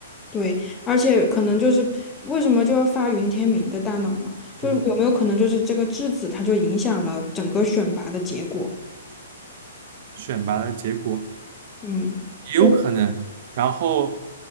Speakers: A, on the left; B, on the right.
A: 对，而且可能就是为什么就要发云天明的大脑呢？就是有没有可能就是这个质子它就影响了整个选拔的结果？
B: 嗯，选拔的结果
A: 嗯。
B: 也有可能。
A: 就。
B: 然后